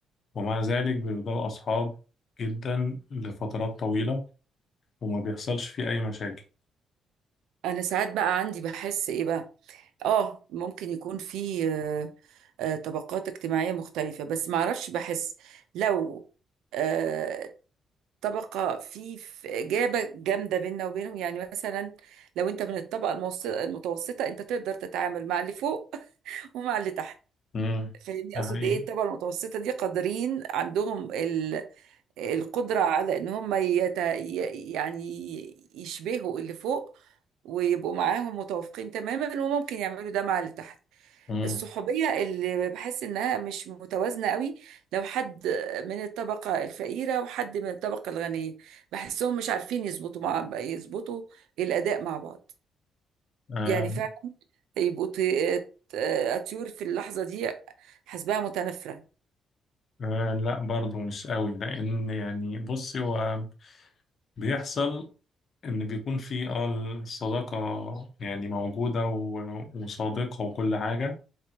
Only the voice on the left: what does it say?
ومع ذلك بيفضلوا أصحاب جدا لفترات طويلة وما بيحصلش فيه أي مشاكل
امم
ده
حقيقي
امم
آه
آه لا برضه مش قوي لأن يعني بصي هو بيحصل إن بيكون في اه الصداقة يعني موجودة و- وصادقة وكل حاجة